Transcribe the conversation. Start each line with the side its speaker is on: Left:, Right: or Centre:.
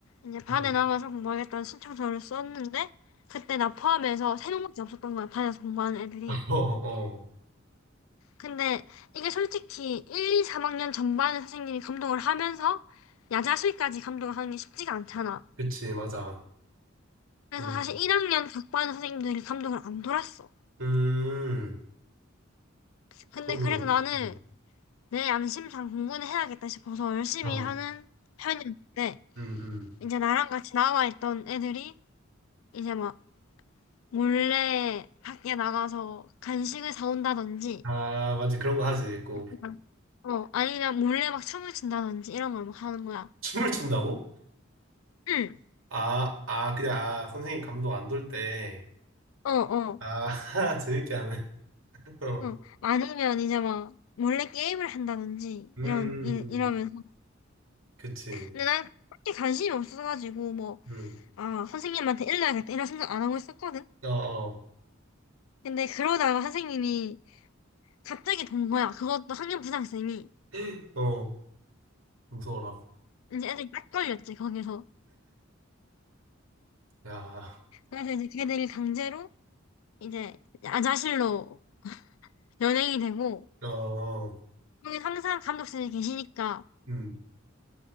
Left: 이제 반에
Right: 응
Left: 나가서 공부하겠다는 신청서를 썼는데 그때 나 포함해서 세 명밖에 없었던 거야 반에서 공부하는 애들이.
Right: <laughs> 어, 어.
Left: 근데 이게 솔직히 1, 2, 3학년 전반의 선생님이 감독을 하면서 야자수까지 감독을 하는 게 쉽지가 않잖아.
Right: 그치, 맞아.
Left: 그래서
Right: 음,
Left: 사실 1학년 각 반 선생님들이 감독을 안 돌았어.
Right: 음,
Left: 근데
Right: 그러면,
Left: 그래도 나는
Right: 음,
Left: 내 양심상 공부는 해야겠다 싶어서 열심히
Right: 아,
Left: 하는 편이었는데
Right: 음, 음.
Left: 이제 나랑 같이 나와 있던 애들이 이제 막 몰래 밖에 나가서 간식을 사온다든지,
Right: 아, 맞지. 그런 거 하지. 꼭.
Left: 그냥, 어, 아니면 몰래 막 춤을 춘다든지 이런 걸 막 하는 거야.
Right: 춤을 춘다고?
Left: 응,
Right: 아, 아, 그냥, 아, 선생님 감독 안돌 때.
Left: 어, 어,
Right: 아, <laughs> 재밌게 하네. 어.
Left: 어. 아니면 이제 막 몰래 게임을 한다든지
Right: 음,
Left: 이런
Right: 음,
Left: 이, 이러면서.
Right: 음. 그치.
Left: 근데 난 그렇게 관심이 없어가지고 뭐,
Right: 음.
Left: 아, 선생님한테 일러야겠다 이런 생각 안 하고 있었거든.
Right: 어, 어.
Left: 근데 그러다가 선생님이 갑자기 본 거야. 그것도 학년부장쌤이
Right: <gasps> 어, 무서워라.
Left: 이제 애들이 딱 걸렸지 거기서.
Right: 야,
Left: 그래서 이제 걔들이 강제로 이제 야자실로 연예인이 되고,
Right: 어,
Left: 여기 항상 감독선생님이 계시니까,
Right: 음,